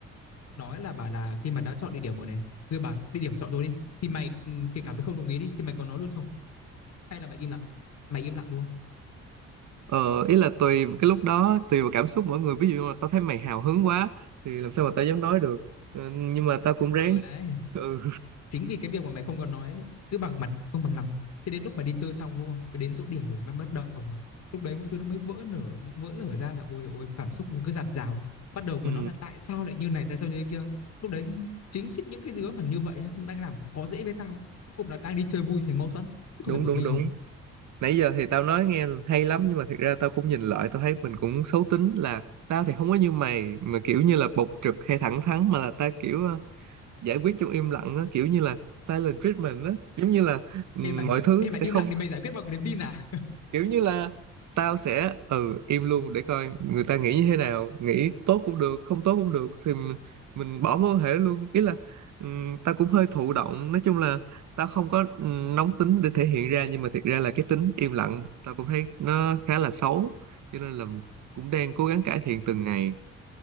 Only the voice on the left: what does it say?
nói là bà là khi mà đã chọn địa điểm rồi này rồi bà địa điểm chọn rồi đi thì mày ừ, kể cả mày không đồng ý đi thì mày có nói luôn không hay là mày im lặng mày im lặng luôn
ờ đấy
chính vì cái việc mà mày không còn nói ấy, cứ bằng mặt không bằng lòng thế đến lúc mà đi chơi xong đúng không cứ đến chỗ điểm rồi mày bắt đầu à, lúc đấy mọi thứ nó mới vỡ nở vỡ lở ra là ôi ôi cảm xúc nó cứ dạt dào bắt đầu mới
nói là tại sao lại như này tại sao như thế kia lúc đấy chính cái, những cái đứa mà như vậy ấy, đang làm khó dễ với tao cuối cùng là đang đi chơi vui thành mâu thuẫn chứ có
phải bực
mình
không
Ê mày,
ê mày im
lặng thì mày giải quyết bằng niềm tin à?